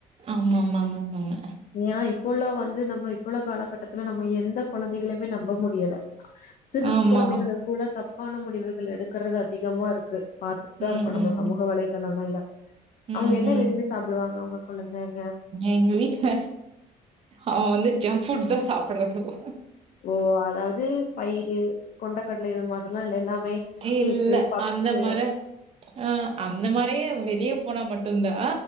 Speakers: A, on the right; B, on the left.
A: ஆமாமாங்க ஆமாங்க
B: ஏனா இப்ப உள்ள வந்து நம்ப இப்ப உள்ள காலகட்டத்துல நம்ம எந்த கொழந்தைகளைமே நம்ப முடியல சிறுத்
A: ஆமா
B: குழந்தைகளுக் கூட தப்பான முடிவுகள் எடுக்கறது அதிகமா இருக்கு பாத்துட்டுதா
A: ம்
B: இருக்கோ நம்ம
A: ம்
B: சமூக வலைதளங்கள்ல அவுங்க
A: ம்
B: என்ன
A: ம்
B: விரும்பி சாப்டுவாங்க உங்க கொழந்தேங்க
A: எங்க வீட்ல அவ வந்து ஜங்க் ஃபுட்தா சாப்புட்றதுவு
B: ஓ அதாவுது பயிறு கொண்டக்கட்ல இது மாதிர்லா இல்ல எல்லாமே கேக்கு
A: இல்ல
B: பப்ஸு
A: அந்த மார ஆ அந்த மாரியே வெளிய போனா மட்டுந்தா